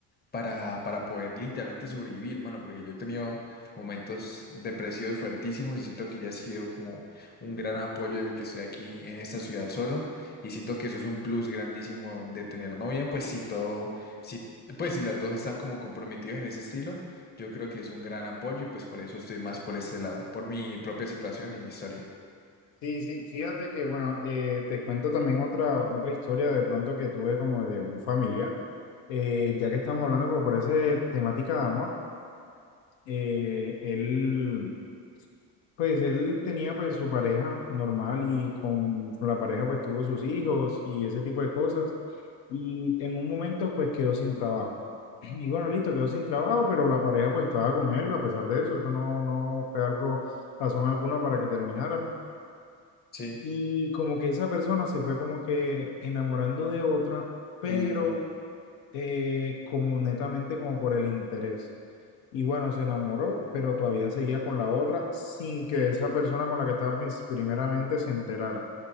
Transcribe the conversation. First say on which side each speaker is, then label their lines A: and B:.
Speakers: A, on the left; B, on the left.
A: para, para poder literalmente sobrevivir, mano, porque yo he tenido momentos depresivos fuertísimos y siento que ya ha sido como un gran apoyo de que estoy aquí en esta ciudad solo y siento que eso es un plus grandísimo de tener novia, pues si todo, si, pues si las dos están como comprometidas en ese estilo, yo creo que es un gran apoyo y pues por eso estoy más por ese lado, por mi propia situación y mi historia.
B: Sí, sí, fíjate que, bueno, eh, te cuento también otra, otra historia de pronto que tuve como de un familiar, Eh, ya que estamos hablando como por esa temática de amor, eh, él Pues él tenía pues su pareja normal y con, con la pareja pues tuvo sus hijos y ese tipo de cosas. Y en un momento pues quedó sin trabajo. <clears throat> Y bueno, listo, quedó sin trabajo, pero la pareja pues estaba con él a pesar de eso. Eso no, no fue algo, razón alguna para que terminaran.
A: Sí.
B: Y como que esa persona se fue como que enamorando de otra, pero
A: Uh,
B: eh, como netamente como por el interés. Y bueno, se enamoró, pero todavía seguía con la otra sin que esa persona con la que estaba prin- primeramente se enterara.